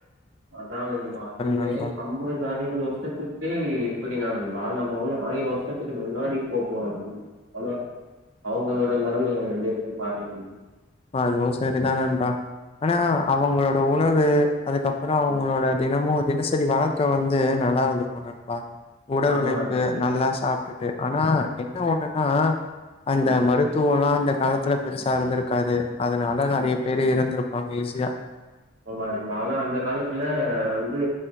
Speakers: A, on the right (about 80°); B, on the left (about 30°).
A: அதா நண்பா இதே
B: நண்பா.
A: அம்பது அறுவது வருஷத்துக்கு இப்படினா நண்பா நம்ம வந்து ஆயிரோ வருஷத்துக்கு முன்னாடி போ போறோ நண்பா ஆனா அவுங்களோட மனநிலைமை எப்டியிருக்கு பாக்கலா <unintelligible>
B: அதுவு செரிதா நண்பா ஆனா அவுங்களோட உணவு அதுக்கப்பறோ அவுங்களோட
A: ம்
B: தினமு தினசரி வாழ்க்க வந்து நல்லாருந்திருக்கு நண்பா உடல்
A: ஆமா
B: உழைப்பு
A: நண்பா
B: நல்லா சாப்ட்டுட்டு ஆனா என்ன ஒன்னுன்னா அந்த
A: ம்
B: மருத்துவல்லா அந்த காலத்துல பெருசாருந்திருக் காது அதனால நெறய பேரு இறந்திருப்பாங்க ஈஸியா
A: உண்ம நண்பா ஆனா அந்த காலத்துல வந்து